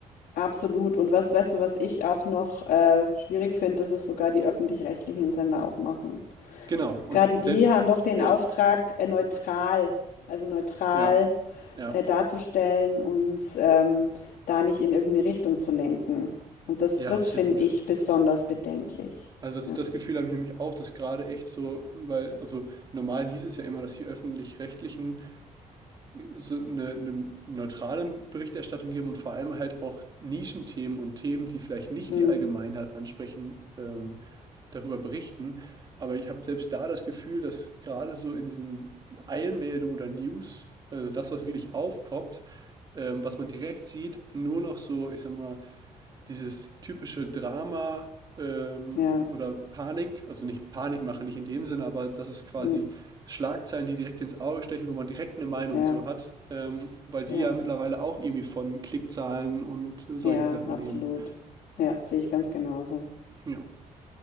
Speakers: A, on the left; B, on the right.
A: absolut. Und was, weißt du, was ich auch noch äh, schwierig finde, dass es sogar die öffentlich-rechtlichen Sender auch machen.
B: Genau, und
A: Gerade
B: selbst,
A: die haben doch den
B: ja.
A: Auftrag, äh, neutral, also neutral
B: Ja, ja,
A: äh, darzustellen und ähm, da nicht in irgendeine Richtung zu lenken. Und das,
B: ja,
A: das
B: absolut.
A: finde ich besonders bedenklich.
B: Also das,
A: Ja.
B: das Gefühl habe ich nämlich auch, dass gerade echt so, weil, also normal hieß es ja immer, dass die öffentlich-rechtlichen so eine, eine neutrale Berichterstattung geben und vor allem halt auch Nischenthemen und Themen, die vielleicht nicht
A: Hm,
B: die Allgemeinheit ansprechen, ähm, darüber berichten. Aber ich habe selbst da das Gefühl, dass gerade so in diesen Eilmeldungen oder News, also das, was wirklich aufpoppt, ähm, was man direkt sieht, nur noch so, ich sag mal, dieses typische Drama ähm,
A: ja,
B: oder Panik, also nicht Panik machen, nicht in dem Sinne, aber das ist quasi
A: hm,
B: Schlagzeilen, die direkt ins Auge stechen, wo man direkt eine Meinung
A: ja,
B: zu hat, ähm, weil die
A: ja,
B: ja mittlerweile auch irgendwie von Klickzahlen und äh, solchen
A: ja,
B: Sachen
A: absolut.
B: leben.
A: Ja, sehe ich ganz genauso.
B: Ja,